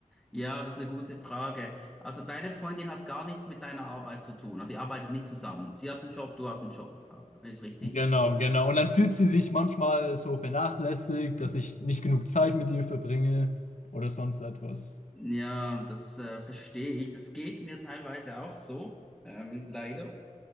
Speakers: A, in the centre; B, on the left.
A: Ja, das ist eine gute Frage. Also deine Freundin hat gar nichts mit deiner Arbeit zu tun. Also ihr arbeitet nicht zusammen. Sie hat einen Job, du hast einen Job. Ja, ist richtig.
B: Genau, genau. Und dann fühlt sie sich manchmal so vernachlässigt, dass ich nicht genug Zeit mit ihr verbringe oder sonst etwas.
A: Ja, das äh, verstehe ich. Das geht mir teilweise auch so, ähm, leider.